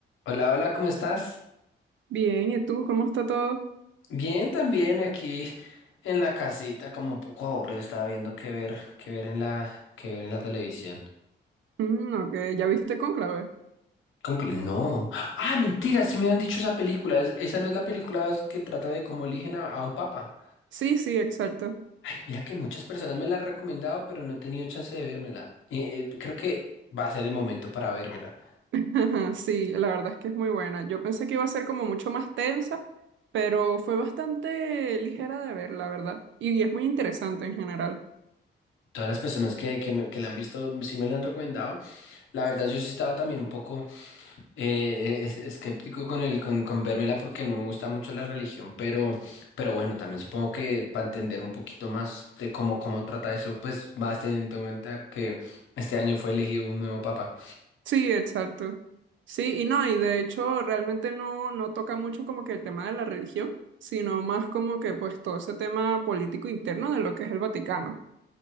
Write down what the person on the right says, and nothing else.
Bien, ¿y tú? ¿Cómo está todo?
Mm, ok, ¿ya viste Cónclave?
Sí, sí, exacto.
<laughs> Sí, la verdad es que es muy buena. Yo pensé que iba a ser como mucho más tensa, pero fue bastante ligera de ver, la verdad. Y es muy interesante en general.
Sí, exacto. Sí, y no, y de hecho realmente no, no toca mucho como que el tema de la religión, sino más como que pues todo ese tema político interno de lo que es el Vaticano.